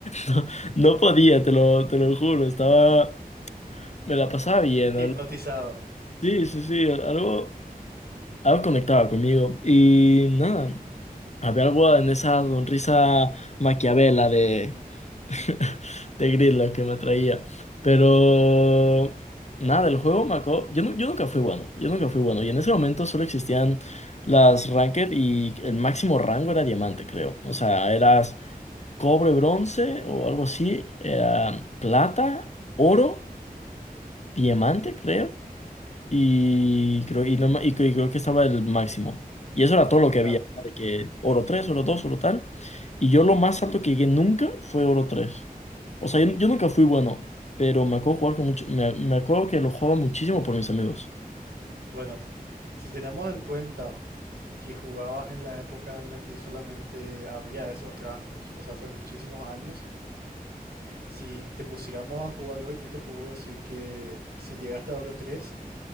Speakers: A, on the left; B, on the right.
A: no, no podía, te lo, te lo juro. Estaba, me la pasaba bien.
B: Hipnotizado.
A: ¿no? Sí, sí, sí, algo, algo conectaba conmigo. Y nada, había algo en esa sonrisa maquiavela de <laughs> de Gridlock que me traía. Pero nada, el juego me acabó. Yo, nu- yo nunca fui bueno, yo nunca fui bueno. Y en ese momento solo existían las Ranked y el máximo rango era diamante, creo. O sea, eras cobre, bronce o algo así, era plata, oro, diamante, creo. Y creo, y, no ma- y creo y creo que estaba el máximo. Y eso era todo lo que
B: Sam,
A: había, ¿no? de que oro tres oro dos oro tal. Y yo lo más alto que llegué nunca fue oro tres O sea, yo, yo nunca fui bueno, pero me acuerdo jugar con mucho, me, me acuerdo que lo jugaba muchísimo por mis amigos.
B: bueno, si tenemos en cuenta que jugabas en la época en la que solamente había esos rangos, o sea, hace muchísimos años, si te pusiéramos a jugar hoy, yo te puedo decir que si llegaste a Oro 3